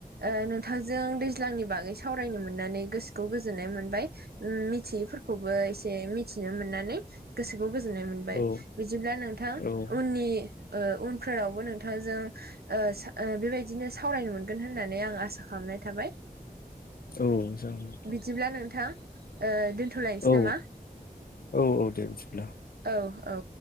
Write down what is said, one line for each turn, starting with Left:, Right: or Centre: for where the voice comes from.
Right: ओ नोंथांजों दैज्लांनि बागै सावरायनो मोननानै गोसोखौ गोजोननाय मोनबाय। ओम मिथियैफोरखौबो एसे मिथिनो मोननानै गोसोखौ गोजोननाय मोनबाय
Left: औ
Right: बिदिब्ला नोंथां
Left: औ औ
Right: उननि ओ उनफोरावबो नोंथां नोंथां जों ओ-ओ बेबायदिनो सावरायनो मोनगोन होननानै आं आसा खालामनाय थाबाय।
Left: औ जागोन
Right: बिदिब्ला नोंथां ओ दोनथ'लायनोसै
Left: औ
Right: नामा।
Left: औ औ दे बिदिब्ला
Right: औ औ।